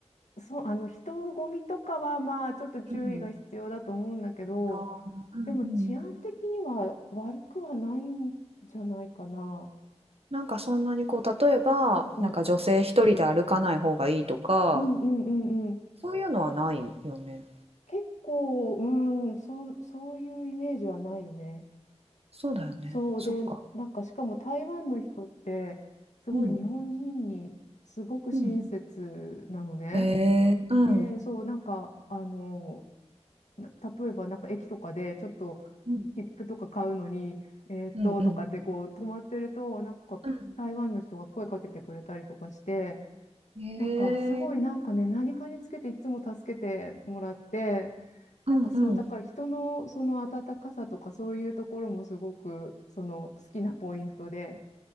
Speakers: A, on the left; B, on the right.
A: そう、あの、人混みとかは、まあ、ちょっと注意が必要だと思うんだけど、
B: うん。あーうんうん。
A: でも治安的には悪くはないんじゃないかな。
B: なんかそんなにこう、例えば、
A: うん。
B: なんか女性一人で歩かない方がいいとか、
A: うんうんうんうん。
B: そういうのはないよね。
A: 結構、うん、そそういうイメージはないよね。
B: そうだよね。
A: そうで、
B: そっか。
A: なんかしかも台湾の人って、すごい日本人にすごく親切なのね。
B: うん。うんうん。へえ、うん。
A: で、そう、なんか、あの、な例えばなんか駅とかでちょっと
B: うん。
A: 切符とか買うのに、えーっと、
B: うんうん。
A: とかってこう止まってると、なんか台湾の人が声かけてくれたりとかして、
B: うん。へ
A: なんかすごいなんかね、
B: え。
A: 何かにつけていつも助けてもらって、
B: うんうん。
A: なんかそう、だから人のその温かさとかそういうところもすごくその好きなポイントで。